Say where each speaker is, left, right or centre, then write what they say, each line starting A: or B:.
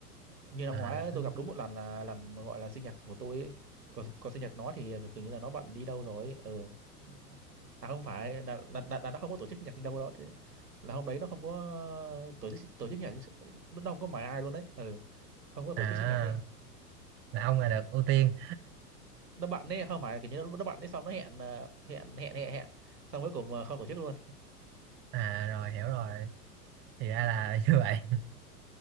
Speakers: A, on the right; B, on the right.
A: như năm
B: à,
A: ngoái ấy,
B: có-
A: tôi gặp đúng một lần là lần mà gọi là sinh nhật của tôi ấy. Còn, còn sinh nhật nó thì kiểu như là nó bận đi đâu rồi ấy. Ừ. À không phải là, là, là, là nó không có tổ chức sinh nhật đi đâu đó Thế là hôm đấy nó không có ờ, tổ chức tổ chức sinh nhật nó nó không có mời ai luôn đấy ừ. không có
B: à
A: tổ chức sinh nhật đi
B: là ông là được ưu tiên
A: nó bận đấy không phải kiểu như nó, nó bận đấy xong nó hẹn ờ, hẹn hẹn hẹn hẹn xong cuối cùng ờ, không tổ chức luôn
B: à rồi hiểu rồi thì ra là <laughs> như vậy